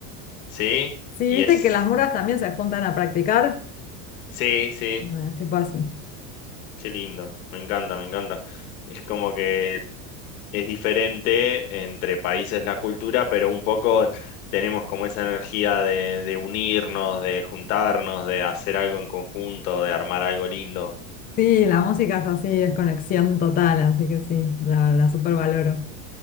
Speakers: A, on the left (about 80°); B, on the left (about 20°).
A: Sí,
B: Sí,
A: y
B: viste
A: es,
B: que las murgas también se juntan a practicar.
A: sí, sí,
B: Bueno, es tipo así.
A: qué lindo, me encanta, me encanta. Es como que es diferente entre países la cultura, pero un poco tenemos como esa energía de, de unirnos, de juntarnos, de hacer algo en conjunto, de armar algo lindo.
B: Sí, la música es así, es conexión total, así que sí, la, la supervaloro.